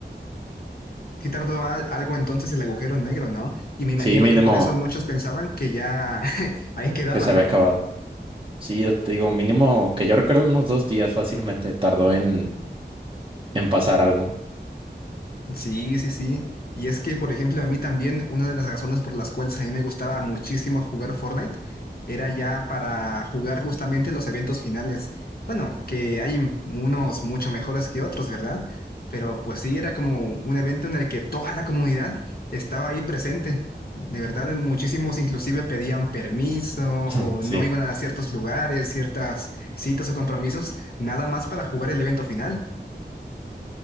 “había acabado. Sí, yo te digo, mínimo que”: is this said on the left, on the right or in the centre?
Right